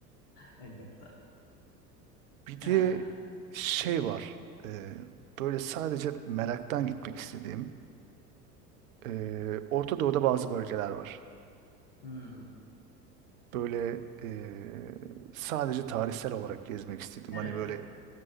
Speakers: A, on the left; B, on the right.
A: Elbette.
B: <laughs> Bir de
A: Yani.
B: şey var. e, böyle sadece meraktan gitmek istediğim. e, Orta Doğu'da bazı bölgeler var.
A: hmm.
B: Böyle e, sadece tarihsel olarak gezmek istedim.
A: Neresi?
B: Hani böyle